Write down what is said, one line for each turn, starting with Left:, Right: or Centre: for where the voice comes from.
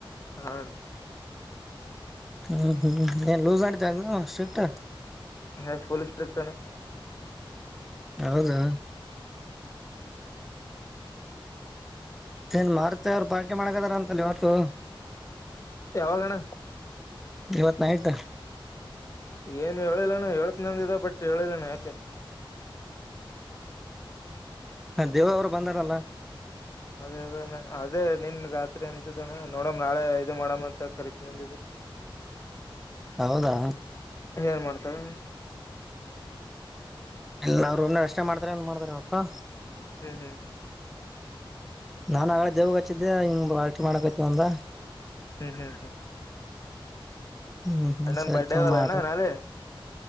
Left: ಹಾ ಅಣ್ಣ
Centre: ಹ್ಮ್ ಹ್ಮ್ ಹ್ಮ್ ಏನ್ ಲೂಸ್ ನಡೀತದ ಏನ್ ಸ್ಟ್ರಿಕ್ಟ್
Left: ಹೇ ಫುಲ್ ಸ್ಟ್ರಿಕ್ಟ್ ಏನ್
Centre: ಹೌದು ಏನ್ ಮಾರ್ತರ ಪಾಕಿ ಮಾಡಕತಾರ ಅಂತಲ್ಲ ಇವತ್ತು
Left: ಯಾವಾಗಣ್ಣ
Centre: ಇವತ್ ನೈಟ್
Left: ಏನು ಹೇಳಿಲ್ಲಣ ಹೇಳ್ತ್ನಂದಿದೆ ಬಟ್ ಹೇಳಿಲ್ಲಣ ಯಾಕೆ
Centre: ಹ್ಮ ದೇವ ಅವರು ಬಂದಾರಲ್ಲ
Left: ಅದೇ ಅ ಅದೇ ನಿನ್ ರಾತ್ರಿ ಎ್ದದ್ದಣ್ಣ ನೋಡಮ ನಾಳೆ ಇದು ಮಾಡಮ್ ಅಂತ ಕರಿತು ನಂದೆ
Centre: ಹೌದಾ
Left: ಏನ್ ಮಾಡ್ತಾರ
Centre: ಎಲ್ಲರು ಒ್ನೆ ರಷ್ಟೆ ಮಾಡ್ತಾರೆ ಏನ್ ಮಾಡ್ತಾರೆ ಇವತ್ತು
Left: ಹ್ಮ್ ಹ್ಮ್ ಹ್ಮ್
Centre: ನಾನ್ ಆಗ ದೇವ್ಗ್ ಹಚ್ಚಿದ್ದೆ ಹಿಂಗ್ ಬಾರಟಿ ಮಾಡಕತವಂದ
Left: ಹ್ಮ್ ಹ್ಮ್ ಹ್ಮ್
Centre: ಹ್ಮ್ ಹ್ಮ್
Left: ಅಣ್ಣನ್
Centre: ಸರಿ
Left: ಬರ್ಡೇ
Centre: ತೊ
Left: ಅದಲ್ಲ
Centre: ಮಾ
Left: ಅಣ್ಣ ನಾಳೆ